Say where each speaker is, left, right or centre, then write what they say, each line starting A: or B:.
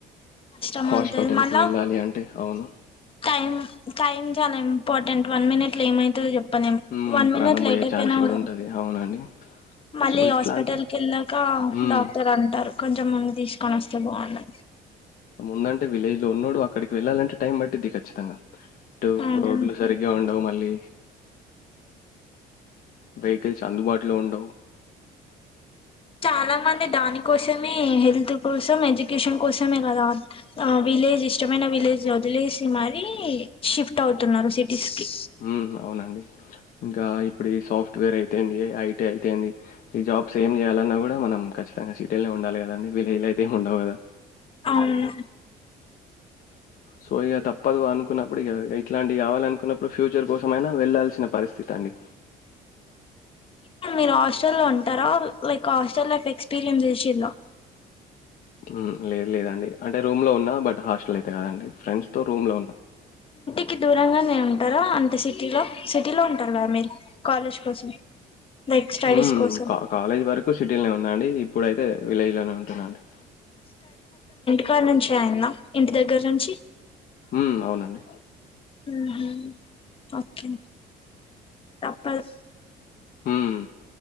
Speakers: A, on the left; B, on the left.
A: కష్టం
B: హాస్పేటల్కిి
A: అవుతది మళ్ళా
B: వెళ్ళాలి అంటే అవును
A: టైం టైం చాలా ఇంపార్టెంట్ వన్ మినిట్లో ఏమైతదో చెప్ పనేం.
B: హ్మ్
A: వన్ మినిట్
B: ప్రాణం
A: లేట్
B: పోయే
A: అయిపోయినా
B: ఛాన్స్
A: కూడా
B: ఉంటది అవునండి
A: మళ్ళీ
B: సో ఇట్లాంటి
A: హాస్పిటల్ కెళ్ళాక
B: హ్మ్
A: డాక్టర్ అంటారు. కొంచెం ముందు తీసుకొని వస్తే బాగుండు
B: ముందంటే విలేజ్ లో ఉన్నోడు అక్కడికి వెళ్ళాలంటే టైం పట్టుద్ది ఖచ్చితంగా ఇటు
A: అవునండి
B: రోడ్లు సరిగ్గా ఉండవు మ లి. వెహికల్స్ అందుబాటులో ఉండవు.
A: చాలా మంది దాని కోసమే హెల్త్ కోసం ఎడ్యుకేషన్ కోసమే కదా ఆ విలేజ్ ఇష్టమైన విలేజ్ వదిలేసి మరీ షిఫ్ట్ అవుతున్నారు సిటీస్కి
B: మ్ అవునండి ఇంకా ఇప్పుడు ఈ సాఫ్ట్వేర్ అయితేంది ఐటీ అయితేంది ఈ జాబ్స్ ఏం చేయాలన్నా కూడా మనం ఖచ్చితంగా సిటీలోనే ఉండాలి కదండి విలేజ్లో అయితే ఏమి ఉండవు కదా
A: అవును
B: సో ఇక తప్పదు అనుకున్నప్పుడు ఇక ఇట్లాంటివి కావాలి అనుకున్నప్పుడు ఫ్యూచర్ కోసం అయినా వెళ్లాల్సిన పరిస్థితి అండి.
A: ఇప్పుడు మీరు హాస్టల్లో ఉంటారా లైక్ హాస్టల్ లైఫ్ ఎక్స్పీరియన్స్ చేసిల్లా
B: హ్మ్ లేదు లేదండి అంటే రూమ్ లో ఉన్నా బట్ హాస్టల్ అయితే కదండి ఫ్రెండ్స్ తో రూమ్ లో ఉన్నా
A: కి దూరంగానే ఉంటారా అంటే సిటీలో సిటీలో ఉంటారుగా మీరు కాలేజ్ కోసం లైక్ స్టడీస్
B: మ్మ్
A: కోసం
B: కా కాలేజీ వరకు సిటీలోనే ఉన్నా అండి ఇప్పుడైతే విలేజ్లోనే ఉంటున్నాండి.
A: కాన్నూంచి అయిందా ఇంటి దగ్గర్నుంచి
B: మ్ అవునండి.
A: మ్ హు ఓకే తప్పదు.
B: హ్మ్.